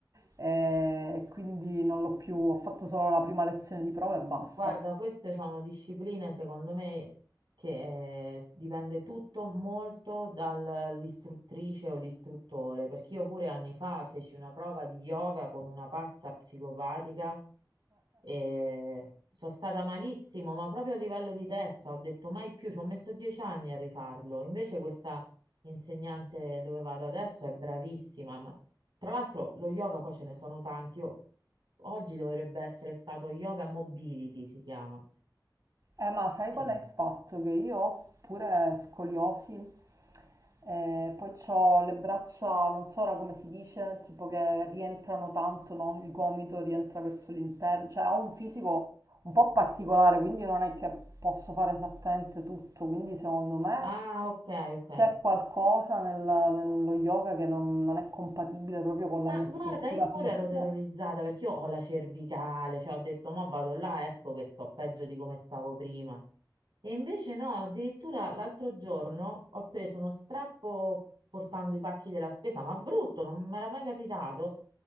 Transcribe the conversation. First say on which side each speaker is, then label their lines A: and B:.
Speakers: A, on the right (about 50°); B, on the right (about 80°).
A: eh, e quindi non l'ho più, ho fatto solo la prima lezione di prova e basta.
B: Guarda, queste sono discipline secondo me che eh, dipende tutto molto dall'istruttrice o l'istruttore, perché io pure anni fa feci una prova di yoga con una pazza psicopatica E sono stata malissimo, ma proprio a livello di testa ho detto mai più, ci ho messo dieci anni a rifarlo. Invece questa insegnante dove vado adesso è bravissima, ma tra l'altro lo yoga poi ce ne sono tanti. Io- oggi dovrebbe essere stato yoga mobility, si chiama.
A: Eh, ma sai qual
B: Eh,
A: è il fatto? Che io ho pure scoliosi, eh, poi ho le braccia, non so ora come si dice, tipo che rientrano tanto, no? Il gomito rientra verso l'interno, cioè ho un fisico un po' particolare, quindi non è che posso fare esattamente tutto, quindi secondo me
B: Ah, ok, ok.
A: c'è qualcosa nel- nello yoga che non non è compatibile proprio con la
B: Ma
A: mia
B: guarda,
A: struttura
B: io pure
A: fisica.
B: ero terrorizzata perché io ho la cervicale, cioè ho detto, ma vado là, esco che sto peggio di come stavo prima. E invece no, addirittura l'altro giorno ho preso uno strappo portando i pacchi della spesa, ma brutto, non mi era mai capitato.